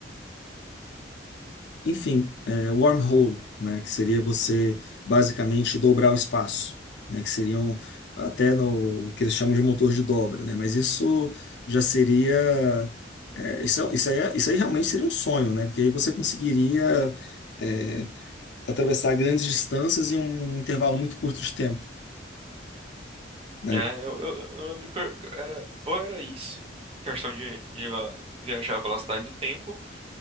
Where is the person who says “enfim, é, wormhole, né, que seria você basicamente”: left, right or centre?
Left